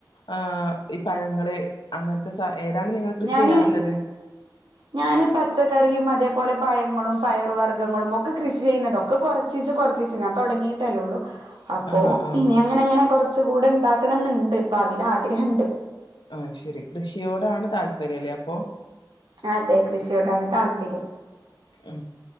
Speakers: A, on the left (about 75°); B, on the right (about 75°).
A: ആഹ് ഈ പഴങ്ങള് അങ്ങനത്തെ ഏതാണ് നിങ്ങള്കൃഷി
B: ഞാന്
A: ചെയ്യാറ്ള്ളത്
B: ഞാന് പച്ചക്കറിയും അതേപോലെ പഴങ്ങളും പയർ വർഗങ്ങളും ഒക്കെ കൃഷി ചെയ്യുന്നുണ്ടൊക്കെ കൊറ ചീച്ചെ കൊറച്ചീച്ചേ ഞാൻ തുടങ്ങീയിട്ടല്ലേള്ളൂ അപ്പോ
A: ആഹ് ആഹ്
B: ഇനി അങ്ങനെ എങ്ങനെ കുറച്ച കൂടെ ഉണ്ടാക്കണംന്ന്ണ്ട് ഭാവിൽ ആഗ്രഹണ്ട്
A: ആഹ് ശരി കൃഷിയോടാണ് താല്പര്യംല്ലേ അപ്പൊ
B: അതെ കൃഷിയോടാണ് താല്പര്യം
A: ഉ